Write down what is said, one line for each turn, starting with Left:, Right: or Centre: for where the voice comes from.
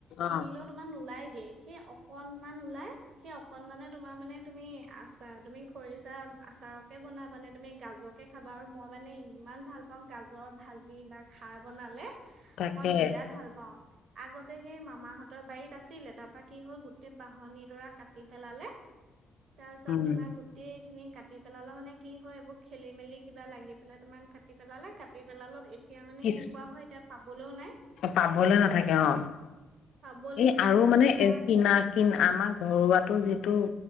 Left: অ
Right: কিনিলেও তোমাৰ নোলাই। সেই অকনমান ওলাই সেই অকনমানানে তোমাৰ মানে তুমি আচাৰ, তুমি খৰিচা আচাৰকে বনাব মানে তুমি গাজকে খাবা। আৰু মই মানে ইমান ভাল পাওঁ, গাজৰ ভাজি বা খাৰ বনালে।
Left: তাকে
Right: মই বিৰাট ভাল পাওঁ। আগতে সেই মামাহঁতৰ বাৰীত আছিলে, তাৰ পৰা কি হল গোটেই বাহনিৰ দৰা কাটি পেলালে। তাৰপিছত
Left: উম
Right: তোমাৰ গোটেই খিনি কাটি পেলাল মানে কি হয় এইবোৰ খেলি মেলি কিবা লাগি পেলাই তোমাৰ কাটি পেলালে, কাটি পেলালত এতিয়া মানে
Left: কিছ
Right: এনেকুৱা হয় এতিয়া পাবলৈও নাই।
Left: পাবলে নাথাকে অ,
Right: পাবলে
Left: এই
Right: নাই
Left: আৰু মানে
Right: তোমাৰ
Left: কিনা কিনা আমাৰ ঘৰুৱাটো যিটো